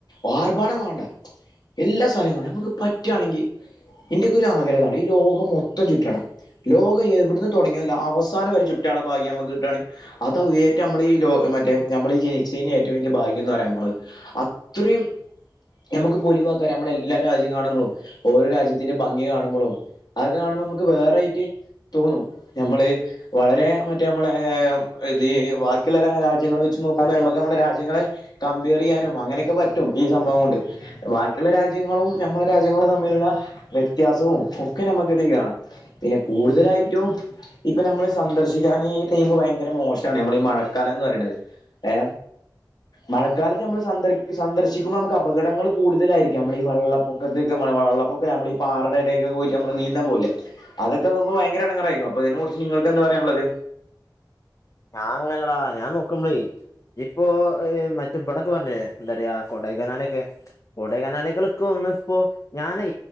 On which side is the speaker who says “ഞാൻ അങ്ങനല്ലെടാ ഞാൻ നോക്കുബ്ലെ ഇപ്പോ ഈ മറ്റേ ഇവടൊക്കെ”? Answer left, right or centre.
Left